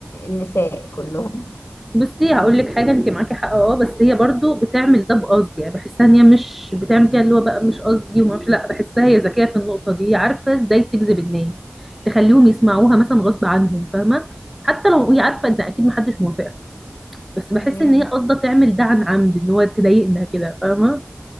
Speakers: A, on the left; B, in the centre.
A: النساء كلهم
B: بصي هقول لك حاجه انت معاكي حق اه بس هي برضو بتعمل ده بقصد يعني بحسها ان هي مش بتعمل كده اللي هو بقى مش قصدي وما مش لا بحسها هي ذكيه في النقطه دي عارفه ازاي تجذب الناس تخليهم يسمعوها مثلا غصب عنهم فاهمه حتى لو هي عارفه ان اكيد محدش موافقك بس بحس
A: <laughs>
B: ان هي قصده تعمل ده عن عمد ان هو تضايقنا كده فاهمه